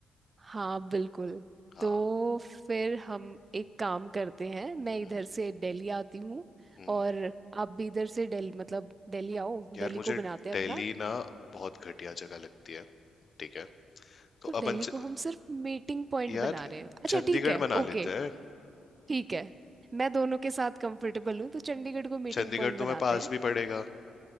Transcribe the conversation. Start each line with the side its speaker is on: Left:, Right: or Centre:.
Right: हाँ बिल्कुल
Left: हाँ
Right: तो फिर हम एक काम करते हैं मैं
Left: हम्म
Right: इधर से दिल्ली आती हूँ
Left: हम्म
Right: और आप भी इधर से दिल्ली मतलब दिल्ली आओ
Left: यार
Right: दिल्ली
Left: मुझे
Right: को बनाते हैं
Left: दिल्ली
Right: अपना
Left: ना बहुत घटिया जगह लगती है ठीक है तो
Right: तो दिल्ली
Left: अपन च...
Right: को हम सिर्फ मीटिंग पॉइंट
Left: यार
Right: बना रहे हैं अच्छा
Left: चंडीगढ़
Right: ठीक है
Left: बना
Right: ओके
Left: लेते हैं
Right: ठीक है मैं दोनों के साथ कंफर्टेबल हूँ तो चंडीगढ़ को मीटिंग
Left: चंडीगढ़
Right: पॉइंट बनाते
Left: तुम्हें पास
Right: हैं
Left: भी पड़ेगा